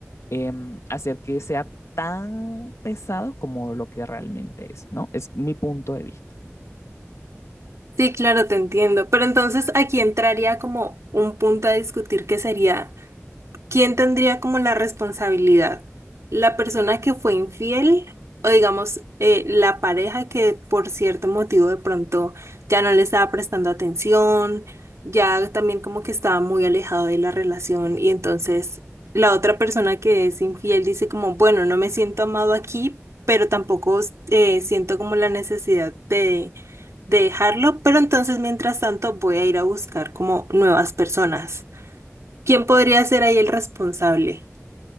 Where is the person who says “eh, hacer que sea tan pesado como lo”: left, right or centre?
Left